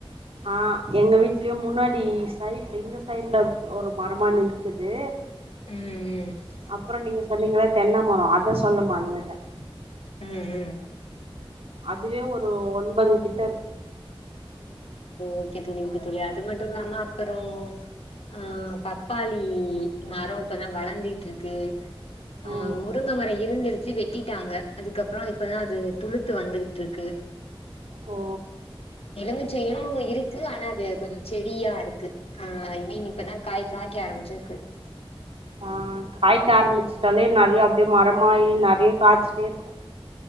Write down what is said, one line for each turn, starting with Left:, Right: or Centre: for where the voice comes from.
Right: ஆஹ் எங்க வீட்லயும் முன்னாடி சைட்ல இந்த சைட்ல ஒரு மரமா நிக்கிது
Left: ம் ம்
Right: அப்பறோ நீங்க சொன்னீங்கள தென்ன மரோ அத சொல்ல மறந்துட்டேன்
Left: உம் -உம்
Right: அதுவே ஒரு ஒன்பது கிட்ட இருக்கு
Left: ஓகே தோழி ஓகேத் <inaudible> அது மட்டும் இல்லாம அப்புறோ ஆஹ் பப்பாளி மரம் இப்பதான் வளர்ந்துட்டு இருக்கு ஆஹ்
Right: ம்
Left: முருங்கை மரம் இருந்திரு வெச்சி வெட்டிட்டாங்க அதுக்கப்புறம் இப்பதான் அது துளுத்து வந்துட்டு இருக்கு
Right: ஓ
Left: எளுந்து <unintelligible> இருக்கு ஆனா அது கொஞ்சம் செடியா இருக்கு ஐ மீன் இப்பதான் காய் காய்க ஆரம்பிச்சிருக்கு
Right: ஆஹ் காய்க ஆரம்பிச்சிட்டாலே நறையா அப்டியே மரமாயி நறைய காய்ச்சிட்டே இருக்கு